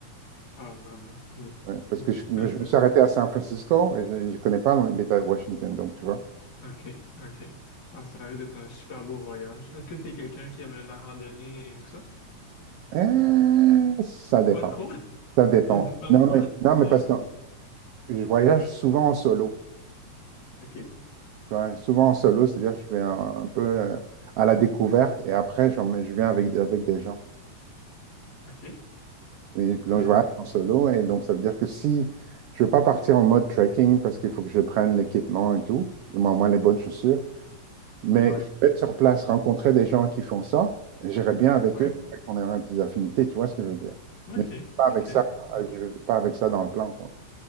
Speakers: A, on the left (about 80°); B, on the right (about 80°).
A: Ah, vraiment. Mm,
B: Ouais, parce
A: mm.
B: que je, me
A: Même,
B: je me
A: euh,
B: suis arrêté à San Francisco et je ne connais pas l'État de Washington, donc tu vois.
A: OK, OK. Ah, ça risque d'être un super beau voyage. Est-ce que t'es quelqu'un qui aime la randonnée et tout ça?
B: Euh, ça dépend.
A: Pas trop? <laughs>
B: Ça dépend.
A: Ça dépend
B: Non,
A: de quoi?
B: mais, non, mais
A: <laughs>
B: parce que je voyage souvent en solo.
A: OK,
B: tu vois. Souvent en solo, c'est-à-dire que je vais un, un peu euh, à la découverte et après, j'en- je viens avec, avec des gens.
A: OK.
B: Oui, donc
A: Mais,
B: je voyage en solo et donc ça veut dire que si je ne veux pas partir en mode trekking parce qu'il faut que je prenne l'équipement et tout, du moins moins les bonnes chaussures, mais
A: ouais,
B: je peux être sur place, rencontrer des gens qui font ça, et j'irai bien avec
A: ouais.
B: eux, et qu'on aura des affinités, tu vois ce que je veux dire.
A: OK,
B: Mais pas
A: OK.
B: avec ça,
A: Ouais,
B: euh, je vais pas avec ça dans le plan, quoi.